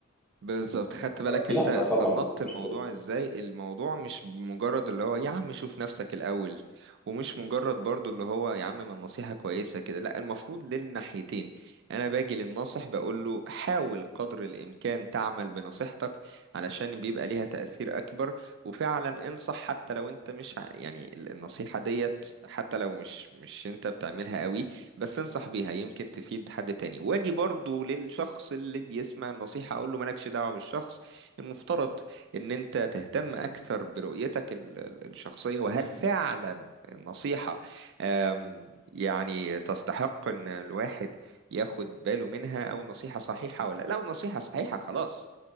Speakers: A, on the right; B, in the centre.
A: بالظبط خدت بالك
B: لا
A: انت فنطت
B: طبعا
A: الموضوع
B: مش
A: ازاي الموضوع مش مجرد اللي هو يا عم شوف نفسك الاول ومش مجرد برضو اللي هو يا عم ما النصيحة كويسة كده لا المفروض للناحيتين انا باجي للناصح بقول له حاول قدر الامكان تعمل بنصيحتك علشان بيبقى ليها تأثير اكبر وفعلا انصح حتى لو انت مش ع- يعني ال- النصيحة ديت حتى لو مش مش انت بتعملها قوي بس انصح بيها يمكن تفيد حد تاني واجي برضو للشخص اللي بيسمع النصيحة اقول له مالكش دعوة بالشخص المفترض ان انت تهتم اكثر برؤيتك ال- ال- الشخصية وهل فعلا النصيحة آم، يعني تستحق ان الواحد ياخد باله منها او النصيحة صحيحة ولا لو النصيحة صحيحة خلاص